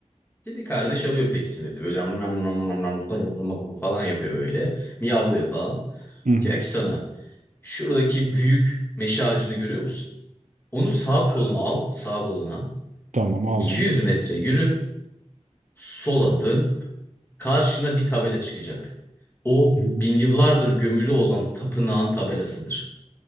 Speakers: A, on the left; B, on the right.
A: Kedi kardeş alıyor peksimet'i böyle nam nam nam nam nam gır gır falan yapıyor böyle. Miyavlıyor falan.
B: Hı hı.
A: Diyor ki sana şuradaki büyük meşe ağacını görüyor musun? Onu sağ koluna al sağ koluna.
B: Tamam aldım.
A: 200 metre yürü sola dön. Karşına bir tabela çıkacak. O
B: Hı
A: bin yıllardır gömülü olan tapınağın tabelasıdır.